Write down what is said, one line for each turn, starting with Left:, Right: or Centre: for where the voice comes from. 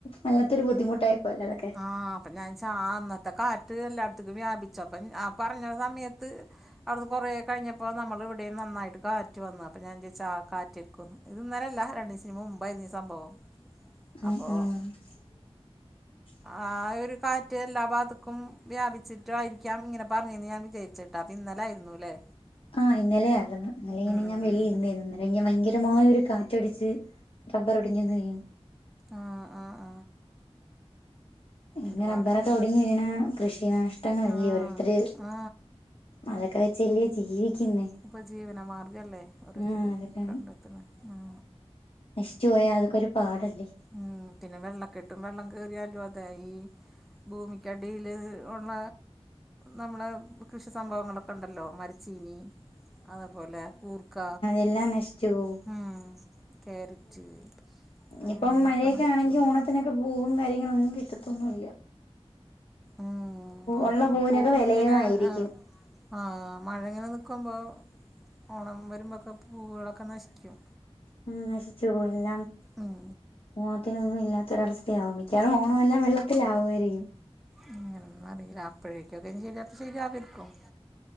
Left: വല്ലാത്തൊരു ബുദ്ധിമുട്ടായിപ്പോയല്ലതൊക്കെ
Centre: ആഹ് അപ്പോ ഞാ ച്ചാ അന്നത്തെ കാറ്റ് എല്ലാടത്തേക്കും വ്യാപിച്ചു അപ്പം ആഹ് പർഞ്ഞ സമയത്ത് അവടുന്ന് കൊറേ കഴിഞ്ഞപ്പോ നമ്മളിവടേം നന്നായിട്ട് കാറ്റ് വന്നു അപ്പോ ഞാൻ <unintelligible> ആഹ് കാറ്റ്‌ര്ക്കുന്ന് ഇത് ഇന്നലല്ല രണ്ടിസം മുമ്പായിരുന്നീ സംഭവം
Left: <inaudible>
Centre: അപ്പോ
Left: ആഹ് <inaudible>
Centre: ആഹ് ഒരു കാറ്റ് എല്ലാ ഭാഗത്ത്ക്കും വ്യാപിച്ചിട്ടായിരിക്കാം ഇങ്ങനെ പറഞ്ഞെന്ന് ഞാൻ വിചാര് ച്ചിട്ടാ അത് ഇന്നലാരുന്നുലേ
Left: ആഹ് ഇന്നലെ ആരുന്നു ഇന്നലെങ്ങനെ
Centre: ഉം
Left: ഞാ വെളിര്ന്നിര്ന്ന്
Centre: ഉം ഉം
Left: ഭയങ്കരമായ ഒരു കാറ്റടിച്ച് റബ്ബറോടിഞ്ഞങ്ങ് വീണ്
Centre: ആഹ് ആഹ്
Left: ഇങ്ങനെ
Centre: ഒരുപാട്
Left: റബറൊക്കെ
Centre: കൃ
Left: ഒടിഞ്ഞ് വീണ കൃഷി നഷ്ടങ്ങളില്ലേ
Centre: ആ
Left: ഓരോര്ത്തര്
Centre: ആ
Left: അതൊക്കെ വെച്ചല്ലേ ജീവിക്കുന്നേ
Centre: ഉപജീവനമാർഗ്ഗല്ലേ ഓരോത്തരു
Left: ആഹ് അതൊക്കെ
Centre: കണ്ടെത്തണെ ഉം
Left: നശിച്ചു പോയാ അതൊക്കൊരു പാടല്ലേ
Centre: ഉം പിന്നെ വെള്ളക്കെട്ടും വെള്ളം കേറിയാലും അതായി ഭൂമിക്കടിയില് ഒള്ള നമ്മളെ കൃഷി സംഭവങ്ങളൊക്കെണ്ടല്ലോ മരച്ചീനി അതേപോലെ കൂർക്ക
Left: എല്ലാം നശിചുപോകും
Centre: ആഹ് കേരറ്റ് അങ്ങനെയുള്ളൊക്കെ
Left: ഇപ്പം മഴയൊക്കെ
Centre: നശിച്ചു
Left: ആണെങ്കി
Centre: പോകും
Left: ഓണത്തിനൊക്കെ പൂവും കാര്യങ്ങളൊന്നും കിട്ടത്തൊന്നൂല്ല്യ
Centre: ആഹ് ഓണത്തിന്
Left: ഉള്ള പൂവിനൊക്കെ
Centre: പൂ
Left: വിലയും
Centre: ഇങ്ങനെ
Left: ആയിരിക്കും
Centre: ആഹ് ആഹ് മഴങ്ങനെ നിക്കുമ്പോ ഓണം വരുമ്പൊക്കെ പൂവകളൊക്കെ നശിക്കും
Left: ഉം നശിച്ചു പോയി എല്ലാം
Centre: ഉം
Left: ഓണത്തിനൊന്നും ഇല്ലാത്തൊരവസ്ഥയാവും മിക്കവാറും ഓണംവെല്ലാം വെള്ളത്തിലാവ്യായിരിക്കും
Centre: അങ്ങനൊന്നും അറീല അപ്പോഴേക്കൊക്കെ ശരിത്ത ശരിയാവേര്ക്കും